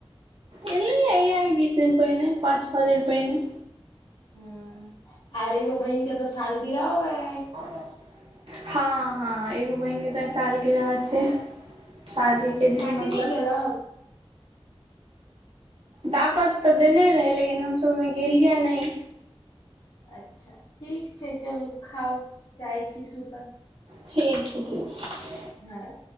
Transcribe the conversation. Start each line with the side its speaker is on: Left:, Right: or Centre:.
Right: एलैये ये बीस दिन पहिने, पाँच छ दिन पहिने।
Left: ह आर एगो बहिन के त सालगिरहो हैत।
Right: <unintelligible> हां हां, एगो बहिनके त सालगिरह छै। शादीके दिन
Left: पार्टी
Right: मतलब
Left: नै केलक?
Right: दावत त देने रहै लेकिन हमसब ओहिमे गेलियै नहि।
Left: अच्छा, ठीक छै चलु। खाउ, जाइ छी सुत।
Right: ठीक छै ठीक छै।
Left: हुं।